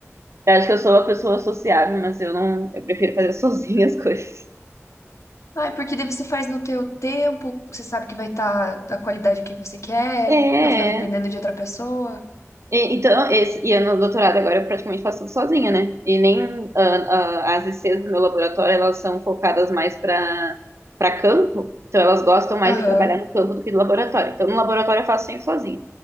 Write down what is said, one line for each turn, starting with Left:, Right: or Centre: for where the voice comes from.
Right: eu acho que eu sou uma pessoa sociável, mas eu não, eu prefiro fazer <laughs> sozinha as coisas.
Left: Ah, porque daí você faz no teu tempo, você sabe que vai estar da qualidade que você quer,
Right: É,
Left: não fica dependendo
Right: é.
Left: de outra pessoa.
Right: E- Então, esse, e eu no doutorado agora eu praticamente faço tudo sozinha, né? E nem ah, ah, as ICs do meu laboratório, elas são focadas mais para para campo, então elas gostam mais
Left: Aham.
Right: de trabalhar no campo do que no laboratório. Então, no laboratório eu faço sempre sozinha.